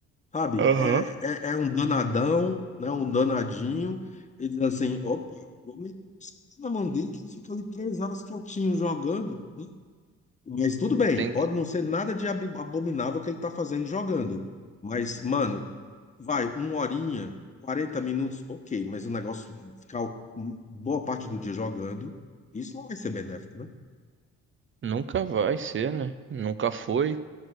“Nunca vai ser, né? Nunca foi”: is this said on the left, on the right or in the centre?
Right